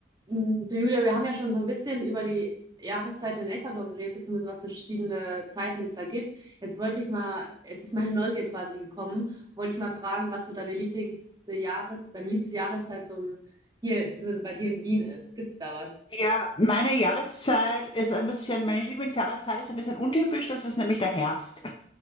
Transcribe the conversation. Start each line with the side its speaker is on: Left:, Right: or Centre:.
Right: Mm, Du Julia, wir haben ja schon so ein bisschen über die Jahreszeit in Ecuador geredet, beziehungsweise was für verschiedene Zeiten es da gibt. Jetzt wollte ich mal, jetzt ist meine Neugier quasi gekommen, wollte ich mal fragen, was so deine Lieblings äh, Jahres, deine liebste Jahreszeit so ein, hier, beziehungsweise bei dir in Wien ist. Gibt's da was?
Left: Ja, meine Jahreszeit ist ein bisschen, meine Lieblingsjahreszeit ist ein bisschen untypisch, das ist nämlich der Herbst.